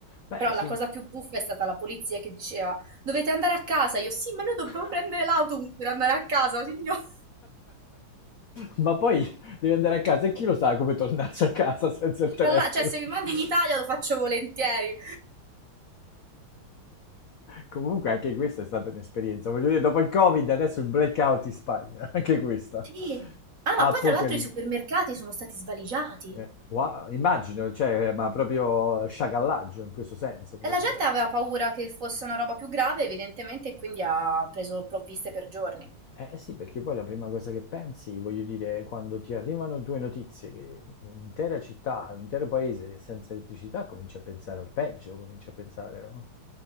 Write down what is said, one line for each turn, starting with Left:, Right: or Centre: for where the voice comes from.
Left: Beh,
Right: Però
Left: sì.
Right: la cosa più buffa è stata la polizia che diceva: Dovete andare a casa. Io, sì, ma noi dobbiamo
Left: <laughs>
Right: prendere l'autobus per andare a casa, signor. <laughs>
Left: Ma poi devi andare a casa e chi lo sa come tornarci a casa senza il telefono?
Right: Tra l'al- Cioè, se
Left: <laughs>
Right: mi mandi in Italia lo faccio volentieri.
Left: Comunque anche questa è stata un'esperienza. Voglio dire, dopo il Covid, adesso il blackout in Spagna, <laughs> anche questa.
Right: Sì. Ah,
Left: Apocalisse.
Right: ma poi tra l'altro i supermercati sono stati svaligiati.
Left: Eh, wow, immagino, cioè, ma proprio sciacallaggio in questo senso, proprio.
Right: E la gente aveva paura che fosse una roba più grave, evidentemente, e quindi ha preso provviste per giorni.
Left: Eh eh sì, perché poi la prima cosa che pensi, voglio dire, quando ti arrivano due notizie che un'intera città, un intero paese è senza elettricità, cominci a pensare al peggio, cominci a pensare no?